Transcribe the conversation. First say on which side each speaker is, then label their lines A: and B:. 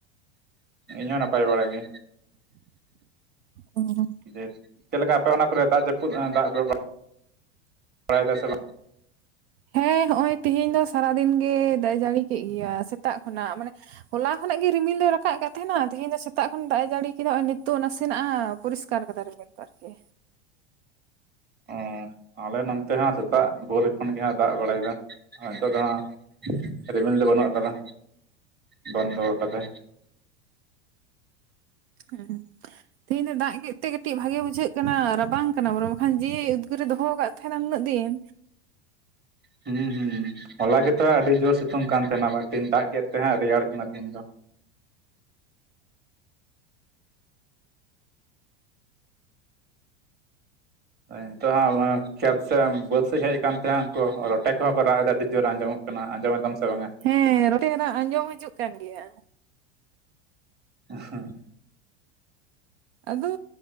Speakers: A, on the right; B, on the right.
A: ᱤᱧᱦᱚᱸ ᱱᱟᱯᱟᱭ ᱵᱟᱲᱟ ᱜᱮ
B: ᱚᱻ
A: ᱡᱮ ᱪᱮᱫᱞᱮᱠᱟ ᱟᱯᱮ ᱚᱱᱟ ᱠᱚᱨᱮ ᱫᱟᱜ ᱡᱟᱹᱯᱩᱫ ᱫᱟᱜ ᱵᱮᱵᱚᱦᱟᱨ ᱵᱟᱲᱟᱭᱮᱫᱟ ᱥᱮ ᱵᱟᱝ
B: ᱦᱮᱸ ᱦᱚᱜᱼᱚᱭ ᱛᱤᱦᱮᱧ ᱫᱚ ᱥᱟᱨᱟ ᱫᱤᱱ ᱜᱮ ᱫᱟᱜ ᱡᱟᱹᱲᱤ ᱠᱮᱫ ᱜᱮᱭᱟ ᱥᱮᱛᱟᱜ ᱠᱷᱚᱱᱟᱜ ᱢᱟᱱᱮ ᱦᱚᱞᱟ ᱠᱷᱚᱱᱟᱜ ᱜᱮ ᱨᱤᱢᱤᱞ ᱫᱚ ᱨᱟᱠᱟᱵ ᱟᱠᱟᱫ ᱛᱟᱦᱮᱱᱟ ᱛᱮᱦᱤᱧ ᱫᱚ ᱥᱮᱛᱟᱜ ᱠᱷᱚᱱ ᱫᱟᱜ ᱮ ᱡᱟᱹᱲᱤ ᱠᱮᱫᱟ ᱱᱚᱜᱼᱚᱭ ᱱᱤᱛᱚᱜ ᱱᱟᱥᱮᱱᱟᱜᱼᱟ ᱯᱚᱨᱤᱥᱠᱟᱨ <unintelligible> ᱨᱤᱢᱤᱞ ᱠᱚ ᱟᱨᱠᱤ
A: ᱚ ᱟᱞᱮ ᱱᱚᱱᱛᱮ ᱦᱚᱸ ᱥᱮᱛᱟᱜ ᱵᱷᱳᱨ ᱠᱷᱚᱱ ᱜᱮ ᱦᱟᱸᱜ ᱫᱟᱜ ᱵᱟᱲᱟᱭᱮᱫᱟ ᱱᱤᱛᱳᱜ ᱫᱚ ᱦᱟᱸᱜ ᱨᱤᱢᱤᱞ ᱫᱚ ᱵᱟᱹᱱᱩᱜ ᱟᱠᱟᱫᱟ ᱵᱚᱱᱫᱚ ᱟᱠᱟᱫᱟᱭ
B: ᱦᱮᱸ ᱛᱮᱦᱤᱧ ᱫᱚ ᱫᱟᱜ ᱠᱮᱫ ᱛᱮ ᱠᱟᱹᱴᱤᱡ ᱵᱷᱟᱜᱮ ᱵᱩᱡᱷᱟᱹᱜ ᱠᱟᱱᱟ ᱨᱟᱵᱟᱝ ᱠᱟᱱᱟ ᱵᱚᱞᱮ ᱵᱟᱠᱷᱟᱱ ᱡᱮ ᱩᱫᱽᱜᱟᱹᱨᱮ ᱫᱚᱦᱚ ᱟᱠᱟᱫ ᱛᱟᱦᱮᱸᱱᱟ ᱩᱱᱟᱹᱜ ᱫᱤᱱ
A: ᱦᱩᱸ ᱦᱩᱸ ᱦᱚᱞᱟ ᱜᱮᱛᱚ ᱟᱹᱰᱤ ᱡᱳᱨ ᱥᱤᱛᱩᱝ ᱠᱟᱱ ᱛᱟᱦᱮᱱᱟ ᱵᱟ ᱛᱮᱦᱤᱧ ᱫᱟᱜ ᱠᱮᱫ ᱛᱮ ᱦᱟᱸᱜ ᱨᱮᱭᱟᱲ ᱠᱟᱱᱟ ᱛᱤᱦᱤᱧ ᱫᱚ ᱱᱤᱛᱚᱜ ᱦᱟᱸᱜ ᱠᱷᱮᱛ ᱥᱮᱫ ᱵᱟᱹᱫᱽ ᱥᱮᱫ ᱦᱮᱡ ᱟᱠᱟᱱ ᱛᱟᱦᱮᱸᱜ ᱩᱱᱠᱩ ᱨᱚᱴᱮ ᱠᱚᱦᱚᱸ ᱠᱚ ᱨᱟᱜ ᱮᱫᱟ ᱟᱹᱰᱤ ᱡᱳᱨ ᱟᱸᱡᱚᱢᱚᱜ ᱠᱟᱱᱟ ᱠᱟᱱᱟ ᱟᱸᱡᱚᱢ ᱮᱫᱟᱢ ᱥᱮ ᱵᱟᱝᱟ
B: ᱦᱮᱸ ᱨᱚᱴᱮ ᱨᱟᱜ ᱟᱸᱡᱚᱢ ᱦᱤᱡᱩᱜ ᱠᱟᱱ ᱜᱮᱭᱟ
A: <inaudible>
B: ᱟᱫᱚ